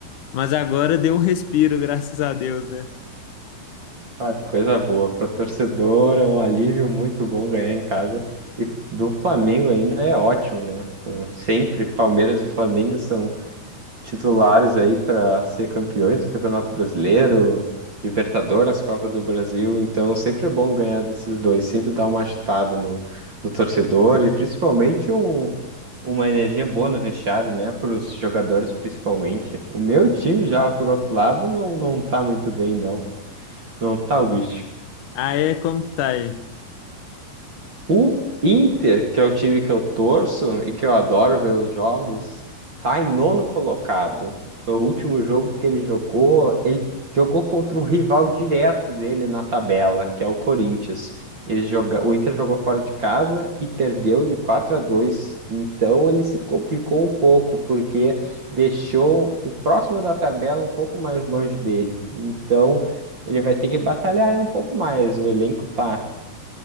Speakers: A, on the left; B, on the right.
A: mas agora deu um respiro, <laughs> graças a Deus, né?
B: Ah, que coisa boa. Para torcedor é um alívio muito bom ganhar em casa. E do Flamengo ainda é ótimo, né? Uh, Sempre Palmeiras e Flamengo são titulares aí para ser campeões do Campeonato Brasileiro, Libertadores, Copa do Brasil. Então sempre é bom ganhar desses dois. Sempre dá uma agitada no, no torcedor e principalmente um, uma energia boa no vestiário, né? Para os jogadores, principalmente. O meu time já, por outro lado, não, não tá muito bem, não. Não tá o bicho.
A: Aí, como que tá aí?
B: O Inter, que é o time que eu torço e que eu adoro ver os jogos, tá em nono colocado. O último jogo que ele jogou, ele jogou contra o rival direto dele na tabela, que é o Corinthians. Ele joga... O Inter jogou fora de casa e perdeu de 4 a 2. Então ele se complicou um pouco, porque deixou o próximo da tabela um pouco mais longe dele. Então ele vai ter que batalhar aí um pouco mais. O elenco tá